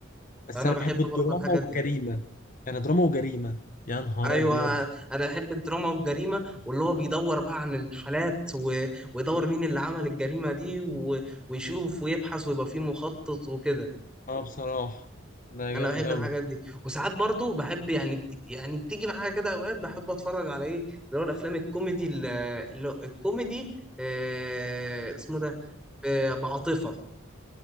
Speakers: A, on the left; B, in the centre.
A: بس
B: انا
A: انا
B: بحب
A: بحب
B: برضه
A: الدراما
B: الحاجات دي
A: والجريمه يعني دراما وجريمه يا نهار
B: ايوه
A: ابيض
B: انا بحب الدراما والجريمه واللي هو بيدور بقى عن الحالات و... ويدور مين اللي عمل الجريمه دي و... ويشوف ويبحث ويبقى فيه مخطط وكده
A: اه بصراحة ده
B: انا
A: جامد
B: بحب
A: قوي
B: الحاجات دي وساعات برضه بحب يعني بت... يعني بتيجي معايا كده اوقات بحب اتفرج على ايه اللي هو الافلام الكوميدي ال- اللي... هو الكوميدي آه... اسمه ده آه... بعاطفه